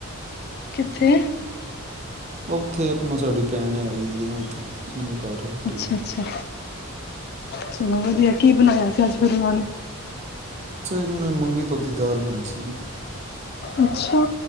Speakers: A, on the left; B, on the right.
A: ਕਿੱਥੇ
B: ਉੱਥੇ ਆਪਣਾ ਸਾਡੀ ਭੈਣ ਆਈ ਹੈ ਨਾ ਉੱਥੇ ਆਪਣੇ ਘਰ ਰੋਟੀ
A: ਅੱਛਾ ਅੱਛਾ ਚਲੋ ਵਧੀਆ ਕੀ ਬਣਾਇਆ ਸੀ ਅੱਜ ਫਿਰ ਓਨਾਂ ਨੇ?
B: ਉਹ ਨੇ ਮੰਗੀ ਧੋਤੀ ਦਾਲ ਬਣਾਈ ਸੀ
A: ਅੱਛਾ